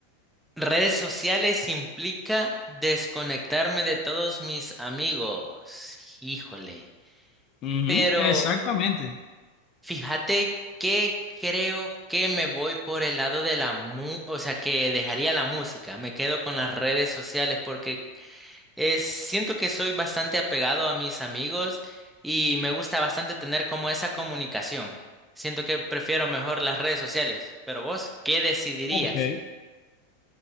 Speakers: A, in the centre; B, on the left.
A: Redes sociales implica desconectarme de todos mis amigos. Híjole.
B: Ujú,
A: Pero
B: exactamente.
A: fíjate que creo que me voy por el lado de la mu, o sea, que dejaría la música. Me quedo con las redes sociales porque es, siento que soy bastante apegado a mis amigos y me gusta bastante tener como esa comunicación. Siento que prefiero mejor las redes sociales. Pero vos, ¿qué decidirías?
B: Ok.